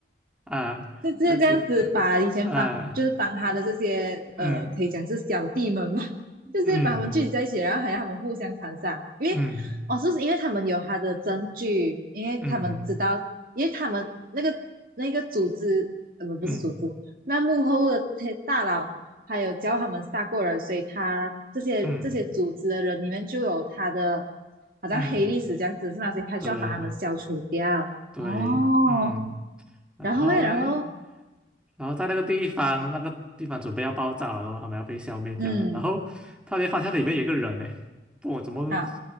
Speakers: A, in the centre; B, on the right (about 50°).
A: 啊，
B: 就直接这样子把以前帮就是帮他的这些呃，
A: 这样子啊，嗯
B: 可以讲是小弟们嘛，<laughs> 就直接把他们聚集在一起，
A: 嗯
B: 然后还让他们互相残杀，因为
A: 嗯
B: 哦，就是因为他们有他的证据，因为他们知道，
A: 嗯
B: 因为他们那个那个组织呃不不是组织，
A: 嗯
B: 那幕后的大佬还有教他们杀过人，所以他这些这些组织的人里面就有他的
A: 嗯
B: 好像黑历史这样子是吗？
A: 嗯，
B: 所以他就要把他们消除掉哦，
A: 对对，嗯，然后嘞。
B: 然后诶，然后。
A: 然后在那个地方，那个地方准备要爆炸了，然后他们要被消灭掉了。
B: 嗯，
A: 然后突然间发现里面有一个人呢，不，我怎么
B: 啊，